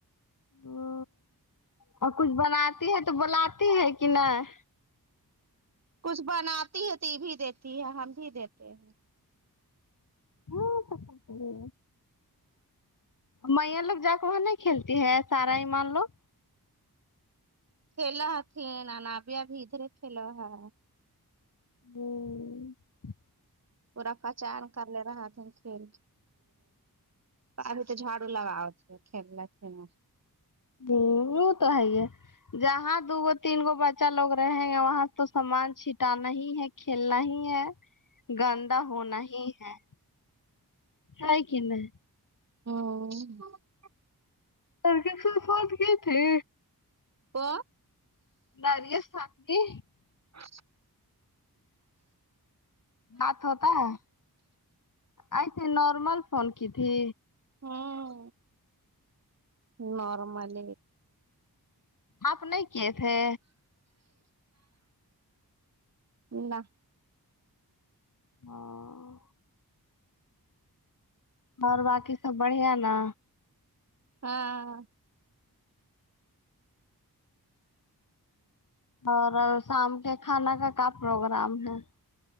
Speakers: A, on the left; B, on the right.
A: ہ اور کچھ بناتی ہے تو بلاتی ہے کہ نہیں
B: کچھ بناتی ہے تو یہ بھی دیتی ہے ہم بھی دیتے ہیں
A: ہاں سک کرے میا لوگا کے وہاں نہیں کھیلتی ہے سارا ایمان لوگ
B: کھیلا تھھی نانابیا بھی ادھرے کھیلاو ہا
A: ہوں
B: پورا پہچان کر لے رہا تھ کھیل ابھی تو جھاڑو لگاؤ تھ کھیل تھ ن
A: ہ وہ تو ہے ہے جہاں دو گو تین گو بچا لوگ رہیں گ وہاں تو سامان چھٹانا ہی ہے کھیلنا ہی ہے گندا ہونا ہی ہے ہے کہ نہیں
B: ہوں
A: سر کے صرفاد کیئے تھھی
B: کو
A: نارییا ساکنی
B: ا
A: بات ہوتا ہے ایسے نارمل فون کی تھی
B: ہاں نارمل
A: آپ نہیں کیے تھے
B: نہ
A: ہاں اور باقی سب بڑیا نا
B: ہاں
A: اور شام کے کھانا کا کیا پروگرام ہے